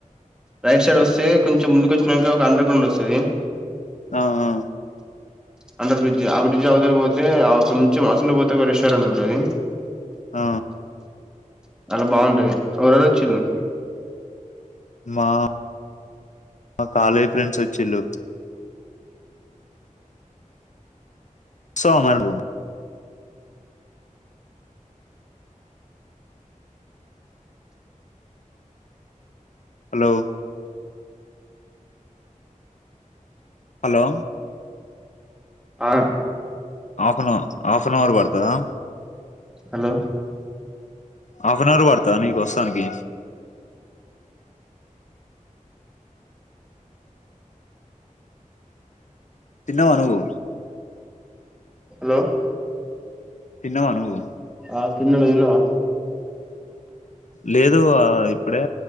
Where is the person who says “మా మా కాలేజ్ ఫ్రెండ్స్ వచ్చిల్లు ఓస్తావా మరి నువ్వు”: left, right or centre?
Left